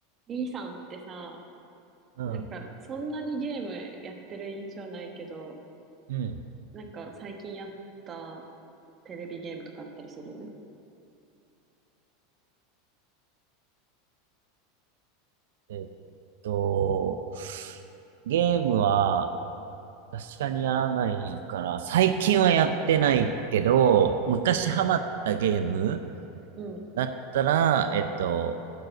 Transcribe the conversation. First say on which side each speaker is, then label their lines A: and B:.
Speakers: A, on the right; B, on the right.
A: B さんってさ、
B: うん。
A: なんかそんなにゲームやってる印象ないけど、
B: うん。
A: なんか最近やったテレビゲームとかあったりする
B: えっと、ゲームは確かにやらないから、最近はやってないけど、昔ハマったゲーム
A: うん、うん。
B: だったら、えっと、